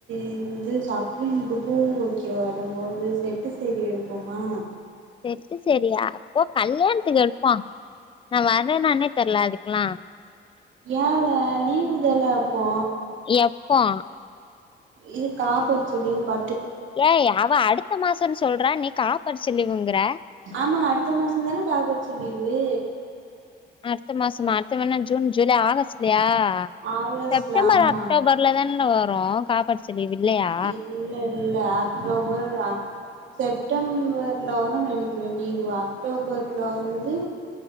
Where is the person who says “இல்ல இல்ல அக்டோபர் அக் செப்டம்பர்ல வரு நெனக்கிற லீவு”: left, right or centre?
Right